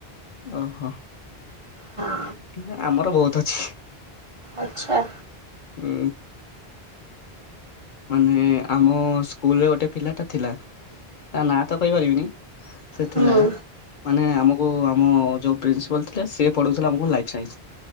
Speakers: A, on the left; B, on the right.
A: ଓହୋ।
B: ହଁ
A: ନା ଆମର ବହୁତୁ ଅଛି।
B: ଆଚ୍ଛା।
A: ଉଁ ମାନେ ଏ ଏ ଆମ ସ୍କୁଲରେ ଗୋଟେ ପିଲାଟା ଥିଲା ତା ନାଁ ତ କହିପାରିବିନି ସେ
B: ହୁଁ
A: ଥିଲା ମାନେ ଆମକ କୁ ଆମ ଯୋଉ ପ୍ରିନ୍ସିପାଲ୍ ଥିଲେ ସିଏ ପଢ଼ଉଥୁଲା ଆମକୁ ଲାଇଫ୍ ସାଇନ୍ସ।